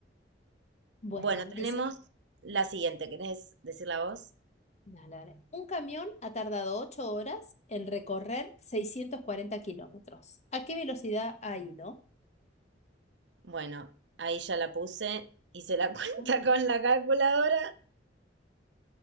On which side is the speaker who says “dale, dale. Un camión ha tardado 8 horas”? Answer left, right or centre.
Left